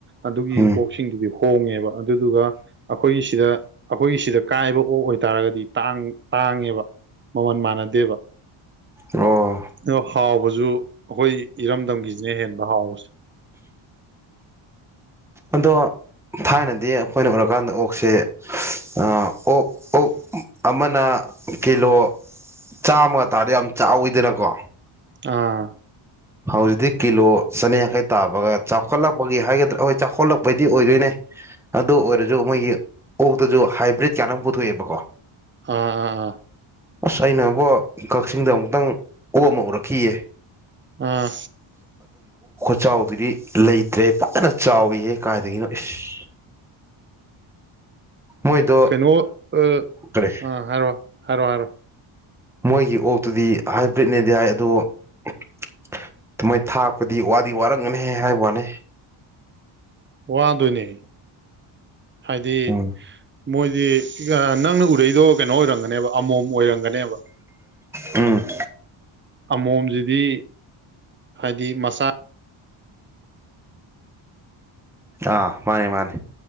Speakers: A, on the right; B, in the centre.
A: ꯑꯗꯨꯒꯤ
B: ꯎꯝ
A: ꯑꯣꯛꯁꯤꯡꯗꯨꯗꯤ ꯍꯣꯡꯉꯦꯕ ꯑꯗꯨꯗꯨꯒ ꯑꯩꯈꯣꯏꯒꯤ ꯁꯤꯗ ꯑꯩꯈꯣꯏꯒꯤ ꯁꯤꯗ ꯀꯥꯏꯕ ꯑꯣꯛ ꯑꯣꯏ ꯑꯣꯢ ꯇꯥꯔꯒꯗꯤ ꯇꯥꯡ- ꯇꯥꯡꯉꯦꯕ ꯃꯃꯜ ꯃꯥꯟꯅꯗꯦꯕ
B: ꯑꯣ
A: ꯑꯗꯣ ꯍꯥꯎꯕꯖꯨ ꯑꯩꯈꯣꯏ ꯏꯔꯝꯗꯝꯒꯤꯖꯤꯅ ꯍꯦꯟꯕ ꯍꯥꯎꯕꯁꯤ
B: ꯑꯗꯣ ꯊꯥꯏꯅꯗꯤ ꯑꯩꯈꯣꯏꯅ ꯎꯔꯀꯥꯟꯗ ꯑꯣꯛꯁꯦ ꯑ ꯥꯑꯣꯛ ꯑꯣꯛ ꯑꯃꯅ ꯀꯤꯂꯣ ꯆꯥꯝꯃꯒ ꯇꯥꯔꯗꯤ ꯌꯥꯝ ꯆꯥꯎꯋꯤꯗꯅꯀꯣ
A: ꯑꯥꯑꯥ
B: ꯍꯧꯖꯤꯛꯇꯤ ꯀꯤꯂꯣ ꯆꯅꯤ ꯌꯥꯡꯈꯩ ꯇꯥꯕꯒ ꯆꯥꯎꯈꯠꯂꯛꯄꯒꯤ ꯍꯥꯏꯒꯗ꯭ꯔꯥ ꯍꯣꯏ ꯆꯥꯎꯈꯠꯂꯛꯄꯩꯗꯤ ꯑꯣꯏꯗꯣꯏꯅꯦ ꯑꯗꯨ ꯑꯣꯏꯔꯖꯨꯓ ꯃꯣꯏꯒꯤ ꯑꯣꯛꯇꯖꯨ ꯍꯥꯏꯕ꯭ꯔꯤꯠ ꯀꯥꯏꯅ ꯄꯨꯊꯣꯛꯑꯦꯕꯀꯣ
A: ꯑꯥ ꯑꯥ ꯑꯥ
B: ꯑꯁ ꯑꯩꯅꯕꯨ ꯀꯛꯆꯤꯡꯗ ꯑꯃꯨꯛꯇꯪ ꯑꯣꯛ ꯑꯃ ꯎꯔꯛꯈꯤꯌꯦ
A: ꯑꯥ
B: ꯈꯨꯆꯥꯎꯗꯨꯗꯤ ꯂꯩꯇ꯭ꯔꯦ ꯐꯖꯅ ꯆꯥꯎꯋꯤꯍꯦ ꯀꯥꯏꯗꯒꯤꯅꯣ ꯏꯁ <inaudible> ꯃꯣꯏꯗꯣ
A: ꯀꯩꯅꯣ ꯑ
B: ꯀꯔꯤ
A: ꯑ ꯍꯥꯏꯔꯣ ꯍꯥꯏꯔꯣ ꯍꯥꯏꯔꯣ
B: ꯃꯣꯏꯒꯤ ꯑꯣꯛꯇꯨꯗꯤ ꯍꯥꯏꯕ꯭ꯔꯤꯠꯅꯦꯗꯤ ꯍꯥꯏ ꯑꯗꯨꯕꯨ ꯑꯗꯨꯃꯥꯏꯅ ꯊꯥꯛꯄꯗꯤ ꯋꯥꯗꯤ ꯋꯥꯔꯝꯒꯅꯤꯍꯦ ꯍꯥꯏꯕ ꯋꯥꯅꯤ
A: ꯋꯥꯗꯣꯏꯅꯦ ꯍꯥꯏꯗꯤ
B: ꯎꯝ
A: ꯃꯣꯏꯗꯤ ꯅꯪꯅ ꯎꯔꯛꯏꯗꯣ ꯀꯩꯅꯣ ꯑꯣꯏꯔꯝꯒꯅꯦꯕ ꯑꯃꯣꯝ ꯑꯣꯏꯔꯝꯒꯅꯦꯕ
B: ꯎꯝ
A: ꯑꯃꯣꯝꯖꯤꯗꯤ ꯍꯥꯏꯗꯤ ꯃꯆꯥ
B: ꯑꯥ ꯃꯥꯅꯤ ꯃꯥꯅꯤ